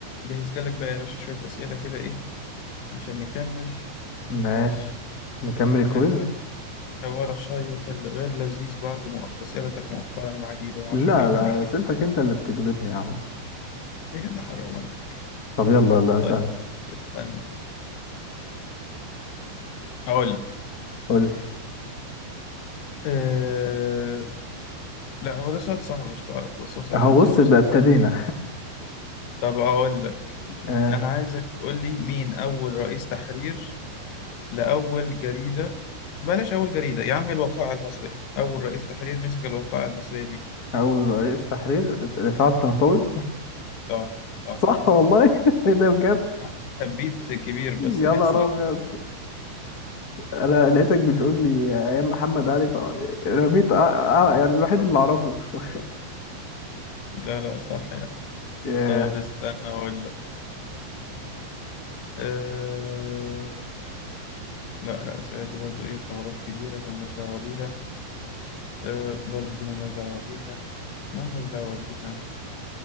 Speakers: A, on the left; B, on the left.
A: جهزت لك بقى يا باشا شوية أسئلة كده إيه عشان نكمل
B: ماشي نكمل الكويز
A: هذا الحوار الشيق الغير لذيذ بعد مؤخ... أسئلتك مؤخرا العجيبة معرفش
B: لا
A: تجيبها
B: لا
A: منين
B: اسئلتك انت اللي بتجلطني يا عم
A: <laughs> يا جدع حرام عليك
B: طب يلا يلا اسألني
A: طيب استنى أقول لك
B: قول لي
A: أه... لا هو ده سؤال صعب مش تعرف بس هو سؤال
B: اهو
A: كان حلو
B: بص
A: بصراحة
B: بقى ابتدينا
A: طب أقول لك
B: <laughs> آه،
A: أنا عايزك تقول لي مين أول رئيس تحرير لأول جريدة بلاش أول جريدة يا عم الوقائع المصرية أول رئيس تحرير مسك الوقائع المصرية مين؟
B: اول رئيس تحرير رفعت الطهطاوي
A: صح صح
B: صح
A: صح
B: والله <laughs> ايه ده بجد
A: أنا عارف حبيت كبير بس
B: يا
A: هي
B: نهار
A: صح
B: ابيض انا لقيتك بتقول لي ايام محمد علي ف- رميت آه، آه، يعني الوحيد اللي اعرفه <laughs>
A: لا لا صح يعني
B: آه،
A: طب استنى أقول لك أه... لا لا الأسئلة دي برضو إيه حوارات كبيرة مالناش دعوة بيها أه... برضو دي مالناش دعوة بيها مالناش دعوة بيها